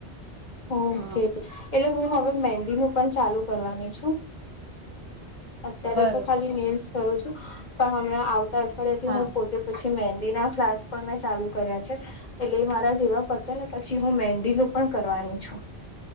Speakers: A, on the left; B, on the right.
A: ઓકે
B: હા
A: એટલે હું હવે મેંદી નું પણ ચાલુ કરવાની છું. અત્યારે
B: બરોબર
A: તો ખાલી નેઈલસ કરું છું પણ હમણાં આવતા અઠવાડિયા થી
B: હા
A: હું પોતે પછી મેંદીના ક્લાસ પણ મેં ચાલુ કર્યા છે. એટલે મારા જેવા પતે ને પછી હું મેંદી નું પણ કરવાની છું.